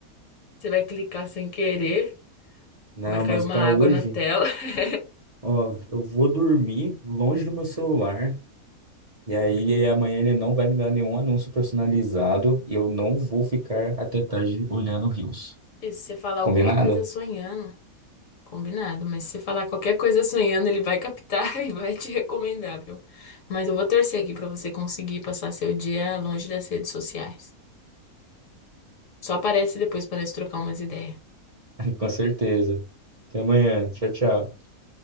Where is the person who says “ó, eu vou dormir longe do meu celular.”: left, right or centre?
Right